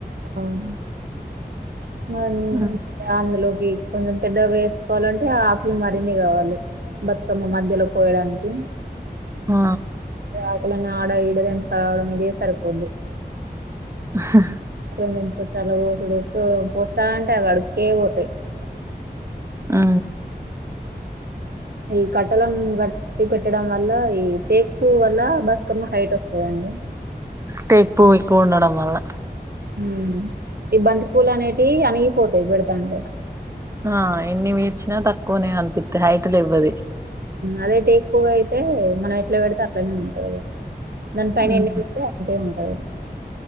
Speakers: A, on the right; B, on the right.
A: మ్ అది
B: మ్మ్
A: అందులోకి కొంచెం పెద్దగా వేసు కోవాలంటే ఆకులు మరిన్ని కావాలి. బతుకమ్మ మధ్యలో పోయడానికి.
B: ఆ
A: ఆకుల్ని ఆడ ఇడా తెంపుకు రావడం ఇదే సరిపోతుంది.
B: హ్ హా
A: మేము ఎందుకో చాలా పోసుడు పోస్తా ఉంటే అవి అడుక్కే పోతాయి.
B: ఆ
A: ఈ కట్టలన్నీ గట్టి ఓత్తి పెట్టడం వల్ల ఈ టెకు వల్ల బతుకమ్మ హైట్ వస్తదండి.
B: టేక్ పూవు ఎక్కువ ఉండడం వల్ల.
A: యూ ఈ బంతి పూలు అనేవి అనిగిపోతాయి పెడతాంటే.
B: ఆ ఎన్ని పేర్చినా తక్కువనే కనిపిస్తాయి. హైట్ లేయవు కదా ఇవి
A: అదే టేకు పూవు అయితే మనం ఎట్లా పెడితే అట్లనే ఉంటది. దాని పైన
B: ఉమ్
A: ఎన్ని పెట్టిన ఒక్కటే ఉంటది.